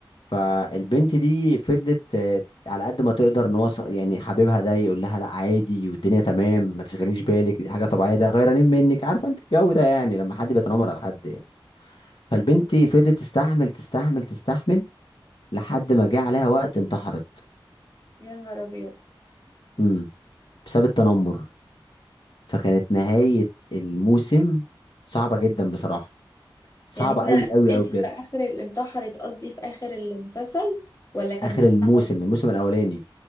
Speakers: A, on the left (about 75°); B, on the left (about 40°).
A: فالبنت دي فضلت آه، على قد ما تقدر ان هو ص- يعني حبيبها ده يقول لها لا عادي والدنيا تمام ما تشغليش بالك دي حاجه طبيعيه ده غيرانين منك عارفه انت الجو ده يعني لما حد بيتنمر على حد يعني فالبنت فضلت تستحمل تستحمل تستحمل لحد ما جه عليها وقت انتحرت
B: يا نهار ابيض
A: امم بسبب التنمر فكانت نهايه الموسم صعبه جدا بصراحه صعبه
B: يعني هي
A: قوي قوي
B: ماتت
A: قوي بجد
B: في اخر ال- انتحرت قصدي في اخر المسلسل ولا كان
A: اخر
B: من
A: الموسم
B: الاول
A: الموسم الاولاني